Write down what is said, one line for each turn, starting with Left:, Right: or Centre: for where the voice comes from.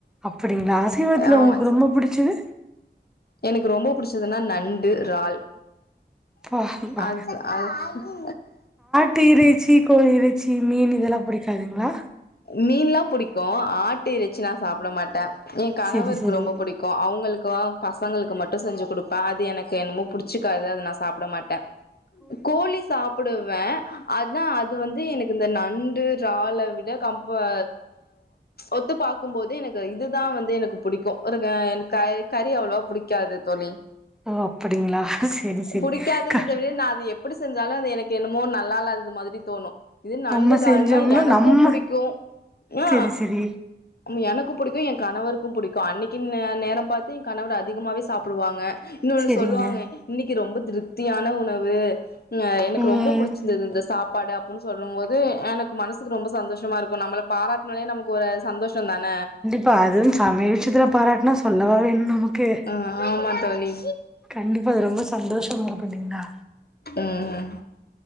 Centre: அப்டிங்களா அசைவத்துல
Left: ஆமா
Centre: உங்களுக்கு ரொம்ப புடிச்சது
Left: எனக்கு ரொம்ப பிடிச்சதுன்னா நண்டு ரால்
Centre: பா பா
Left: அது அது
Centre: <unintelligible> இறைச்சி கோழி இறைச்சி மீன் இதெல்லா பிடிக்காதுங்களா
Left: மீன்ல்லா புடிக்கு ஆட்டு இறச்சி நா சாப்பிட மாட்டே ஏ கணவருக்கு
Centre: செரி செரி
Left: ரொம்ப பிடிக்கு அவங்களுக்கு பசங்களுக்கு மட்டு செஞ்சு கொடுப்பே அது எனக்கு என்னமோ புடிச்சுக்காது அத நா சாப்ட மாட்டே கோழி சாப்பிடுவே அதா அது வந்து எனக்கு இந்த நண்டு ராள விட கம்பஹ ஒத்து பாக்கு போது எனக்கு இதுதா வந்து எனக்கு பிடிக்கு ஒரு எனக்கு க கறி அவ்ளவா புடிக் காது தோழி
Centre: ஓ அப்டிங்களா செரி செரி
Left: புடிக்காதுங்கறத
Centre: க
Left: விட நா அது எப் எப்டி செஞ்சாலு அது எனக்கு என்னமோ நல்லாஇலாதது மாதிரி தோணு இது நண்டுறால்னா
Centre: நம்ம செஞ்சோம்னா
Left: எனக்கு
Centre: நம்ம
Left: புடிக்கு அ
Centre: செரி செரி
Left: அம் எனக்கு புடிக்கு என் கணவருக்கு புடிக்கு அன்னக்கின் நேரம் பாத்து என் கணவர் அதிகமாவே சாப்டுவாங்க இன்னொன்று
Centre: செரிங்க
Left: சொல்லுவாங்க இன்னக்கி ரொம்ப திருப்தியான உணவு ம் எனக்கு
Centre: ம்
Left: ரொம்ப புடிச்சிருந்தது இந்த சாப்பாடு அப்டின் சொல்லு போது எனக் மனசுக்கு ரொம்ப சந்தோஷமா இருக்கு நம்மள பாராட்னொனே நமக் ஒரு சந்தோஷ தன
Centre: இப்ப அதுவு சமயல் விஷயத்துல பாராட்னா சொல்லவா வேணு நமக் கே
Left: ஆ ஆமா தோழி
Centre: கண்டிப்பா அது ரொம்ப சந்தோஷமா இருக்கு இல்லிங்ளா
Left: ம்